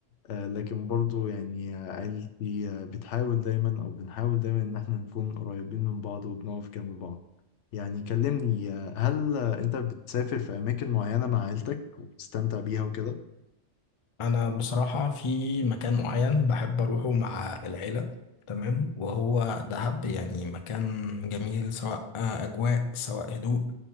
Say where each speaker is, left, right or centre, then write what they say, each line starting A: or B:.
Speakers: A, on the left (about 80°); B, on the left (about 40°).
A: آه، لكن برضو يعني عيلتي آه، بتحاول دايما أو بنحاول دايما إن احنا نكون قريبين من بعض وبنقف جنب بعض يعني كلمني آه، هل آه، أنت بتسافر في أماكن معينة مع عيلتك وبتستمتع بيها وكده؟
B: انا بصراحه في مكان معين بحب اروحه مع العيله تمام وهو دهب يعني مكان جميل سواء آه، اجواء سواء هدوء